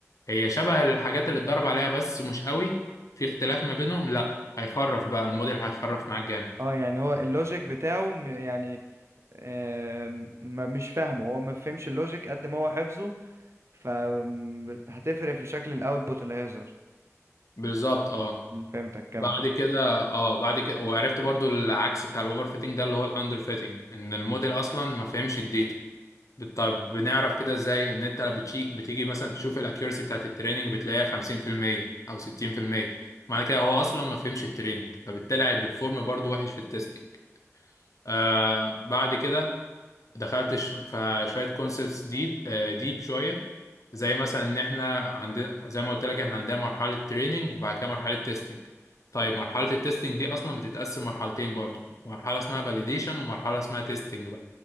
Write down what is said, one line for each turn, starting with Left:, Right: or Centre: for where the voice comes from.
Left: هي شبه الحاجات اللي اتدرب عليها بس مش قوي في اختلاف ما بينهم لا هيخرف بقى الموديل هيخرف معاك جامد
Right: اه يعني هو اللوجيك بتاعه م- يعني آه مش فاهمه هو ما فهمش اللوجيك قد ما هو حفظه فهتفرق في شكل الاوتبوت اللي هيظهر
Left: بالظبط اه
Right: م، فهمتك كمل
Left: بعد كده اه بعد كده وعرفت برضو العكس بتاع الاوفر فيتنج ده اللي هو الاندر فيتنج ان الموديل اصلا ما فهمش الداتا طب بنعرف كده ازاي ان انت بتشي... بتيجي مثلا تشوف الاكيورسي بتاعت التريننج بتلاقيها 50% او 60% معنى كده هو اصلا ما فهمش التريننج فبالتالي هيبرفورم برضو وحش في التستنج آه بعد كده دخلت ش- في شويه كونسبتس دي ديب شويه زي مثلا ان احنا عندنا زي ما قلت لك احنا عندنا مرحله تريننج وبعد كده مرحله تيستنج طيب مرحله التيستنج دي اصلا بتتقسم مرحلتين برضو مرحله اسمها فاليديشن ومرحله اسمها تيستنج